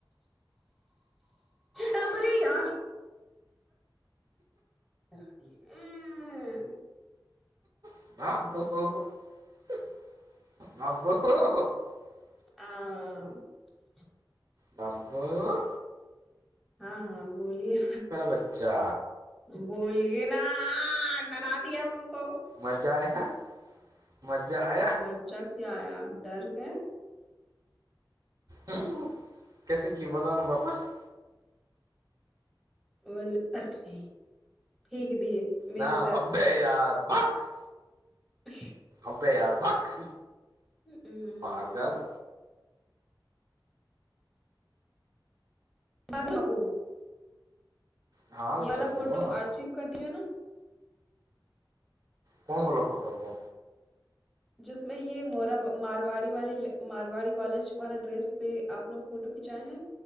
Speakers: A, in the centre; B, on the right.
A: टोकरी अ - <inaudible> हुँ म
B: अ -ब -बाप ब बाप- <inaudible>
A: आं -
B: बबबू-
A: हँ हँ बोलिए
B: बच्चा
A: बोलिये ना डरा दिया उनको हो
B: मजा आया मजा आया
A: मज्जा- क्या यार डर गये
B: हुँ कैसे की बता ना बापस
A: बोल अच्छा ठीक दिए मेरे
B: ना अ्बे यार बक
A: अ
B: अबे यार बक
A: हुँ
B: पागल
A: बापू
B: हाँ बच्चा
A: ये वाला
B: बोलो
A: फोटो
B: ना
A: आर चीव कर दियऔ ने
B: कोनवला फोटो को
A: जिसमे ये मोरा मारवाड़ी वाली मारवाड़ी कॉलज वाला ड्रेस पे आपलोग फोटो की जाय हीं